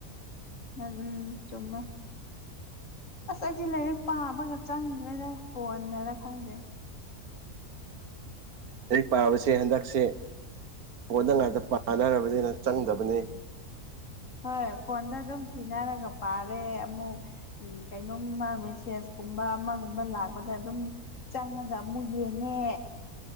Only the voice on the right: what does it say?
ꯂꯥꯏꯔꯤꯛ ꯄꯥꯕꯁꯦ ꯍꯟꯗꯛꯁꯦ ꯐꯣꯟꯗ <unintelligible> ꯄꯥꯟꯅꯔꯕꯅꯤꯅ ꯆꯪꯗꯕꯅꯤ